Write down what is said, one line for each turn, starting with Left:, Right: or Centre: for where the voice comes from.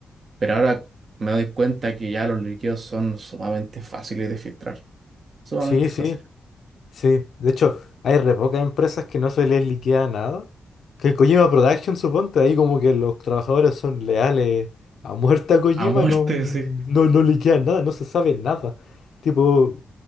Right: pero ahora me doy cuenta que ya los líquidos son sumamente fáciles de filtrar, sumamente
Left: Sí, sí.
Right: fáciles.
Left: Sí, de hecho, hay re pocas empresas que no se les liquida nada. Que Kojima Production, suponte, ahí como que los trabajadores son leales a muerte a Kojima
Right: A muerte,
Left: y no, no,
Right: sí.
Left: no liquidan nada, no se sabe nada. Tipo,